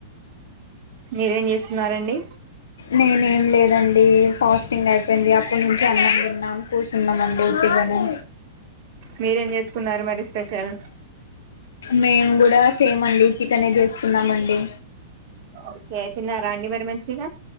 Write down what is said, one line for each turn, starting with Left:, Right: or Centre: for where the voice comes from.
Right: మీరేం చేస్తున్నారండి
Left: నేనెం లేదండి ఫాస్టింగ్ అయిపోయింది అ ఇప్పుడు నుంచి అన్నం తిన్నాం కూర్చున్నామండి పగానే
Right: మీరేం చేసుకున్నారు మరి స్పెషల్
Left: మేమ్ గూడా సేమ్ అండి చికెనె చేసుకున్నామండి
Right: ఓకే తిన్నార అండి మరి మంచిగా